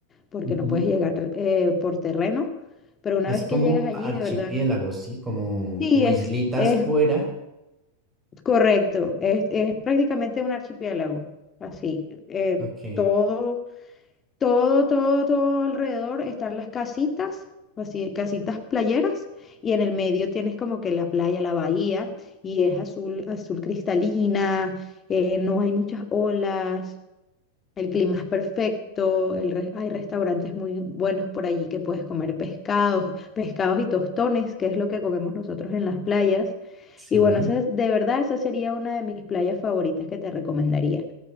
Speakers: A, on the left; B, on the right.
A: porque
B: Ujú.
A: no puedes llegar eh, por terreno. Pero una
B: Es
A: vez
B: como
A: que llegas allí,
B: archipiélagos,
A: de verdad,
B: ¿sí? Como,
A: sí,
B: como
A: es,
B: islitas
A: es
B: fuera.
A: Correcto, es, es prácticamente un archipiélago, así. eh,
B: Ok,
A: todo, todo, todo, todo alrededor están las casitas, así, casitas playeras, y en el medio tienes como que la playa, la bahía, y es azul, azul cristalina, eh, no hay muchas olas, el clima es perfecto, el re- hay restaurantes muy buenos por allí que puedes comer pescados, pescados y tostones, que es lo que comemos nosotros en las playas.
B: sí.
A: Y bueno, esa es- de verdad, esa sería una de mis playas favoritas que te recomendaría,